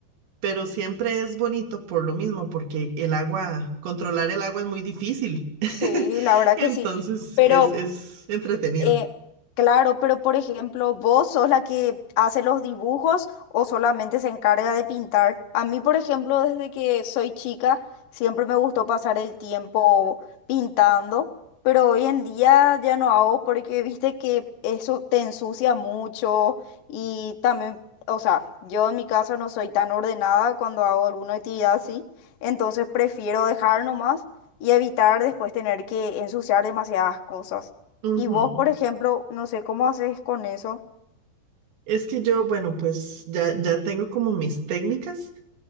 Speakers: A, on the right; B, on the left.
A: pero siempre es bonito por lo mismo, porque el agua, controlar el agua es muy difícil. <laughs>
B: Sí, la verdad
A: Entonces
B: que sí. Pero
A: es, es entretenido.
B: Eh, claro, pero por ejemplo, ¿vos sos la que hace los dibujos o solamente se encarga de pintar? A mí, por ejemplo, desde que soy chica, siempre me gustó pasar el tiempo pintando, pero hoy en día ya no hago porque viste que eso te ensucia mucho y también, o sea, yo en mi caso no soy tan ordenada cuando hago alguna actividad así, entonces prefiero dejar nomás y evitar después tener que ensuciar demasiadas cosas.
A: Ujú,
B: Y vos,
A: ujú.
B: por ejemplo, no sé cómo haces con eso.
A: Es que yo, bueno, pues ya, ya tengo como mis técnicas.